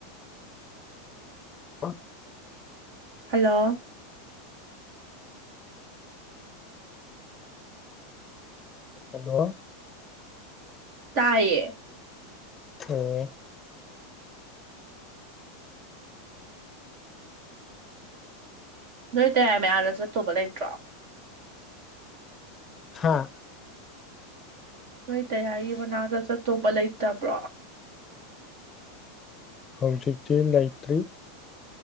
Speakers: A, on the left (about 25°); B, on the right (about 60°).
A: ꯑ
B: ꯍꯂꯣ
A: ꯍꯜꯂꯣ
B: ꯇꯥꯏꯌꯦ
A: ꯑꯣ
B: ꯅꯣꯏ ꯇꯌꯥꯏ ꯃꯩ ꯑꯥꯗ ꯆꯠꯇꯧꯕ ꯂꯩꯇ꯭ꯔꯣ
A: ꯍꯥꯥ
B: ꯅꯣꯏ ꯇꯌꯥꯏꯒꯤ ꯃꯅꯥꯛꯇ ꯆꯠꯇꯧꯕ ꯂꯩꯇꯕ꯭ꯔꯣ
A: ꯍꯧꯖꯤꯛꯇꯤ ꯂꯩꯇ꯭ꯔꯤ